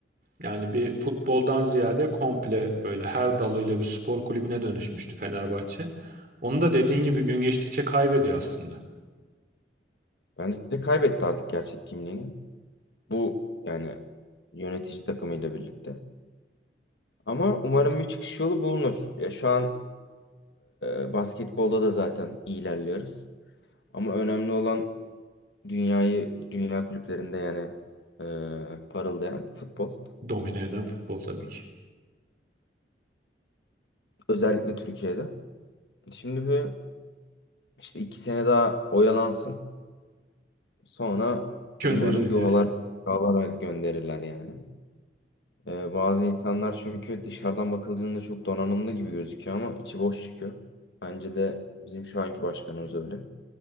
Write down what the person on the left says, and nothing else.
Hı hı.
Bence de kaybetti artık gerçek kimliğini. Bu yani yönetici takımıyla birlikte. Ama umarım bir çıkış yolu bulunur. Ya şu an e, basketbolda da zaten iyi ilerliyoruz. Ama önemli olan dünyayı, dünya kulüplerinde yani e, parıldayan futbol.
Özellikle Türkiye'de. Şimdi bir işte iki sene daha oyalansın. Sonra
umarım yuvalar,
yuvalara gönderirler yani. E, bazı insanlar çünkü dışarıdan bakıldığında çok donanımlı gibi gözüküyor ama içi boş çıkıyor. Bence de bizim şu anki başkanımız öyle.